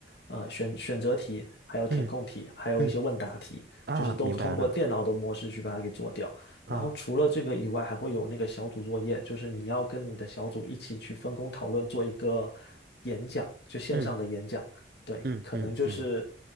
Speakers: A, on the left; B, on the right.
A: 呃，选选择题，还有填空题，
B: 嗯
A: 还有一些问答题，
B: 嗯，嗯啊，
A: 就是都通过电脑的模式去把它给做掉。
B: 明白了，啊，
A: 然后除了这个以外，还会有那个小组作业，就是你要跟你的小组一起去分工讨论，做一个演讲，就线上的演讲。
B: 嗯
A: 对，
B: 嗯嗯嗯
A: 可能就是，